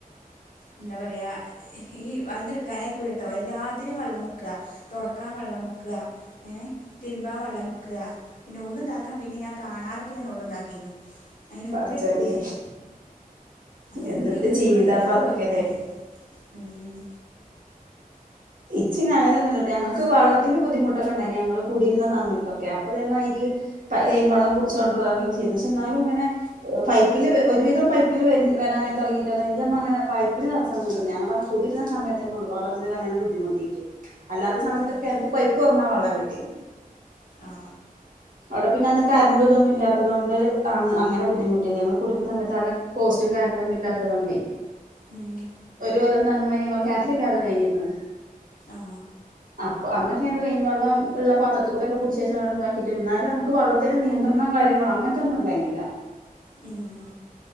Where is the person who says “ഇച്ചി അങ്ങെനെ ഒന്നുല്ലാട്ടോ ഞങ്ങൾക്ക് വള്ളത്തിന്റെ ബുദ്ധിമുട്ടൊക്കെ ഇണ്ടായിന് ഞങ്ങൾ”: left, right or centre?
Right